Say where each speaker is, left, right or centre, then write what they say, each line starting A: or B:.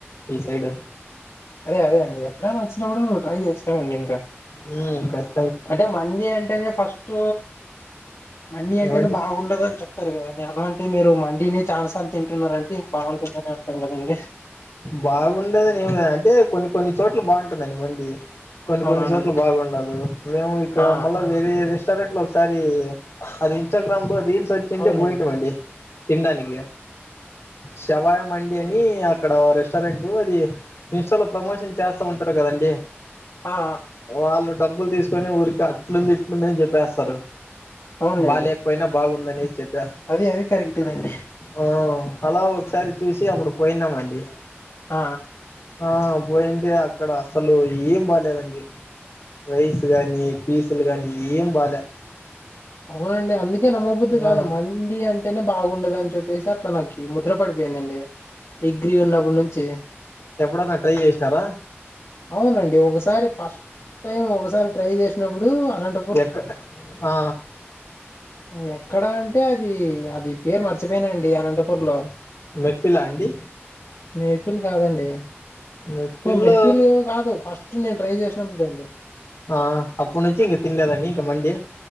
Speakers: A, on the left; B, on the left.
A: ఈ సైడ్
B: అదే అదే అండి ఎప్పుడైనా వచ్చినప్పుడు ట్రై చేస్తామండి ఇంకా
A: ఉమ్ కస్
B: అంటే మండి అంటేనే ఫస్ట్ మండిీ అంటేనే
A: ఏమండి
B: బాగుండదు అని చెప్ చెస్తారు కదండి అలాంటే మీరు మండినే చాన సార్లు తింటున్నారంటే ఇంకా బాగుంటుందని అర్థాం కదండి
A: బాగుండదని ఏమి అంటే కొన్ని కొన్ని చోట్ల బాగుంటుందండి మండి కొన్ని
B: అవునవునులేండి
A: కొన్ని చోట్ల బాగుండదు మేము ఇక్కడ
B: ఆ
A: మళ్ళా వేరే రెస్టారెంట్ లో ఒకసారి అది ఇన్స్టాగ్రామ్ లో రీల్స్ వచ్చింటే
B: అవునండి
A: పోయింటామండి తినడానికి
B: ఆ
A: శవాయ మండి అని అక్కడ రెస్టారెంట్ అది ఇస్టాలో ప్రమోషన్ చేస్తా ఉంటారు కదండి
B: ఆ
A: వాళ్ళు డబ్బులు తీసుకొని ఊరికి అట్లుంది ఇట్లుంది అని చెప్పేస్తారు
B: అవునులేండి
A: బాలె పోయినా బాగుందని చెప్
B: అది అది కరెక్ట్ నె అండి
A: ఆ అలా ఒకసారి చూసి అప్పుడు పోయినామండి
B: ఆ
A: ఆ పోయింటె అక్కడ అసలు ఏం బాలేదండి రైస్ గాని పీసులు గానీ ఏం బాల
B: అవునండి అందుకే నమ్మబద్ది కాదు
A: ఆ
B: మండి అంటేనే బాగుండదని చెప్పేసి అట్లా నాకు ఈ ముద్ర పడిపోయిందండి డిగ్రీ ఉన్నప్పుటి నుంచి
A: ఎప్పుడన్న ట్రై చేసినార
B: అవునండి ఒకసారి ఫస్ట్ టైం ఒకసారి ట్రై చేసినప్పుడు అనంట
A: ఎక్ ఆ
B: ఆ ఎక్కడ అంటే అది అది పేరు మర్చిపోయనండి అనంతపూర్ లో
A: మెఫిలా అండి
B: మీ మెహఫిల్ కాదండి
A: మెఫిల్
B: ఓ మెహఫిల్ కాదు ఫస్ట్ నేను ట్రై చేసినప్పుడు అండి
A: ఆ అప్పుడు నుంచి ఇక తినలేదండి ఇంక మండి